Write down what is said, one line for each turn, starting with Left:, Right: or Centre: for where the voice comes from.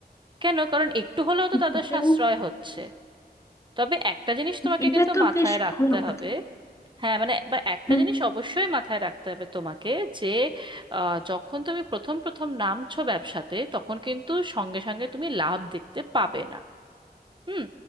Right: কেন কারণ একটু হলেও তো তাদের
Left: এটা
Right: সাশ্রয় হচ্ছে তবে একটা জিনিস তোমাকে
Left: এটা
Right: কিন্তু
Left: তো
Right: মাথায়
Left: বেশ
Right: রাখতে
Left: ভালো
Right: হবে
Left: কথা
Right: হ্যাঁ মানে বা একটা
Left: হুম
Right: জিনিস অবশ্যই মাথায় রাখতে হবে তোমাকে যে আহ, যখন তুমি প্রথম প্রথম নামছো ব্যবসাতে তখন কিন্তু সঙ্গে সঙ্গে তুমি লাভ দেখতে পাবে না হুম